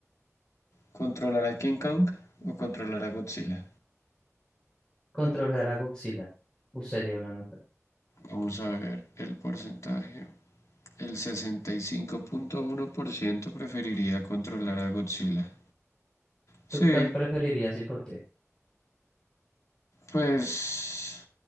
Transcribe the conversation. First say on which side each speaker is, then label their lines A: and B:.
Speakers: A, on the left (about 75°); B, on the left (about 15°).
A: ¿Controlar a King Kong o controlar a Godzilla?
B: Controlar a Godzilla. Uh, sería una nota.
A: Vamos a ver el porcentaje. El sesenta y cinco punto uno por ciento preferiría controlar a Godzilla. Sí,
B: ¿Tú cuál preferirías y por qué?
A: pues